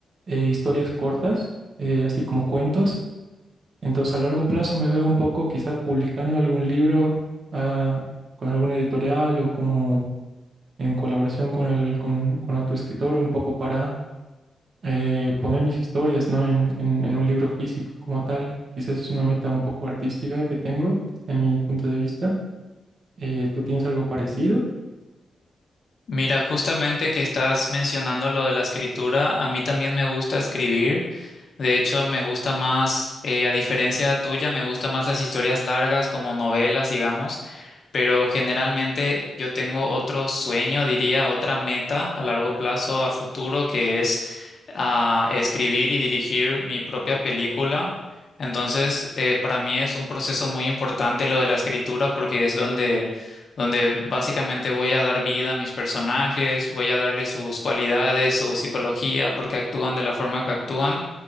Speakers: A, on the right; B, on the left.
A: eh, historias cortas, eh, así como cuentos. Entonces, a largo plazo me veo un poco quizá publicando algún libro ah, con alguna editorial o como en colaboración con, el- con, con otro escritor, un poco para eh, poner mis historias, ¿no? en, en- en un libro físico como tal. Quizás es una meta un poco artística que tengo desde mi punto de vista. Eh, ¿tú tienes algo parecido?
B: Mira, justamente que estás mencionando lo de la escritura, a mí también me gusta escribir. De hecho, me gusta más, eh, a diferencia tuya, me gustan más las historias largas como novelas, digamos, pero generalmente yo tengo otro sueño, diría, otra meta a largo plazo, a futuro, que es ah, escribir y dirigir mi propia película. Entonces, eh, para mí es un proceso muy importante lo de la escritura porque es donde donde básicamente voy a dar vida a mis personajes, voy a darle sus cualidades, su psicología, por qué actúan de la forma que actúan.